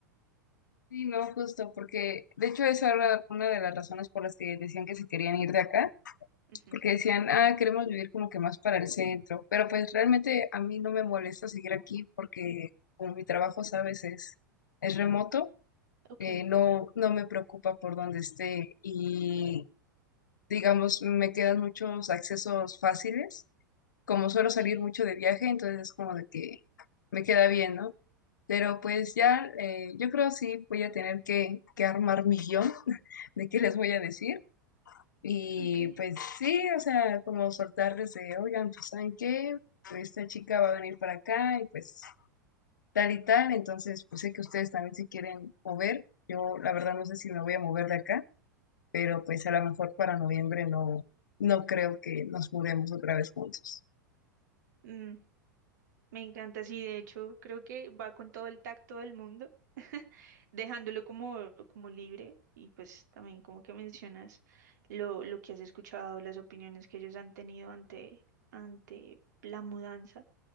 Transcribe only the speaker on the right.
Ujú.
Ok,
sí.
Ok.
Mm, me encanta, sí, de hecho, creo que va con todo el tacto del mundo, <laughs> dejándolo como, como libre y pues también como que mencionas lo, lo que has escuchado, las opiniones que ellos han tenido ante, ante la mudanza.